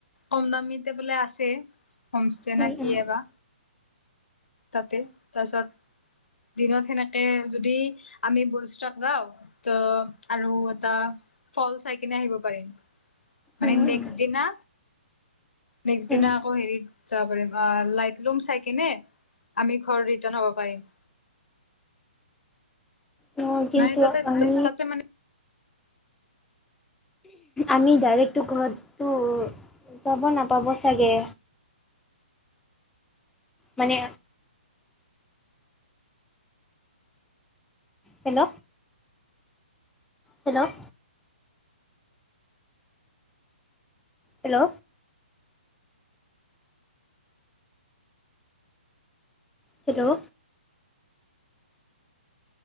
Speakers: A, on the left (about 85°); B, in the centre.
A: কম দামীতে বোলে আছে হোম ষ্টে
B: উম
A: নে কি
B: উম
A: বা? তাতে তাৰপিছত দিনত সেনেকে যদি আমি বলষ্টাক যাওঁ ত আৰু এটা ফ'ল চাই কিনে আহিব পাৰিম। মানে
B: উম,
A: নেক্সট দিনা নেক্সট
B: উম,
A: দিনা আকৌ হেৰিত যাব পাৰিম লাইট লুম চাই কি আমি ঘৰ ৰিন্টান হ'ব পাৰিম।
B: অ', কিন্তু
A: মানে তাতে,
B: আমি
A: তাতে মানে
B: আমি ডাইৰেক্টটো ঘৰতো যাব নাপাব চাগে। মানে hello. Hello. Hello. Hello.